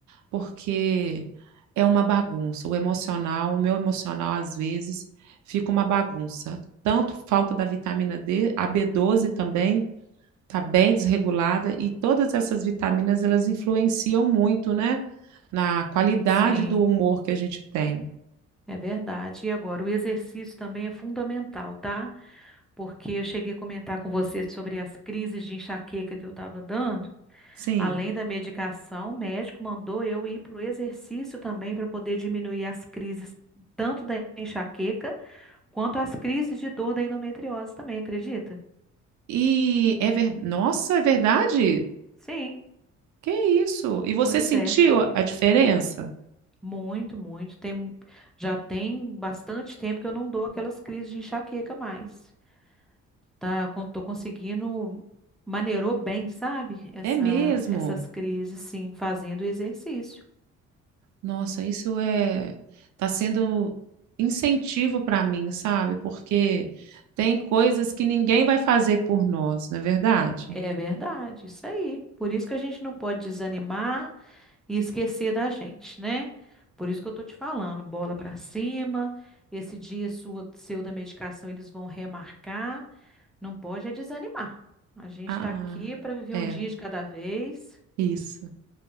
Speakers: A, on the right; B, in the centre.
A: porque é uma bagunça. O emocional, o meu emocional, às vezes, fica uma bagunça. Tanto falta da vitamina D, a b doze também está bem desregulada, e todas essas vitaminas, elas influenciam muito, né? Na qualidade
B: Sim,
A: do humor que a gente tem.
B: é verdade. E agora, o exercício também é fundamental, tá? porque eu cheguei a comentar com você sobre as crises de enxaqueca que eu estava dando.
A: Sim.
B: Além da medicação, o médico mandou eu ir para o exercício também para poder diminuir as crises, tanto da enxaqueca quanto as crises de dor da endometriose também, acredita?
A: E é ver... Nossa, é verdade?
B: Sim,
A: Que isso? E você
B: pois
A: sentiu
B: é.
A: a diferença?
B: Muito, muito. Tem, mu- já tem bastante tempo que eu não dou aquelas crises de enxaqueca mais. Tá, Con- tô conseguindo maneirou bem, sabe? Essa,
A: É mesmo?
B: essas crises, sim, fazendo exercício.
A: Nossa, isso é tá sendo incentivo para mim, sabe? Porque tem coisas que ninguém vai fazer por nós, não é verdade?
B: É verdade, isso aí. Por isso que a gente não pode desanimar e esquecer da gente, né? Por isso que eu tô te falando, bola pra cima. Esse dia sua- seu da medicação eles vão remarcar. Não pode é desanimar. A gente
A: Ah,
B: tá aqui para viver
A: é,
B: um dia de cada vez.
A: isso.